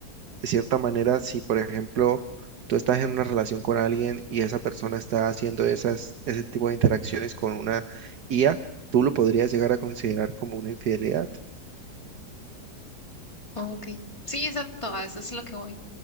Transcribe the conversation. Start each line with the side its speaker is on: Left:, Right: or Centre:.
Right: de cierta manera, si por ejemplo tú estás en una relación con alguien y esa persona está haciendo esas, ese tipo de interacciones con una IA, tú lo podrías llegar a considerar como una infidelidad.
Left: Ok, sí, exacto, a eso es lo que voy.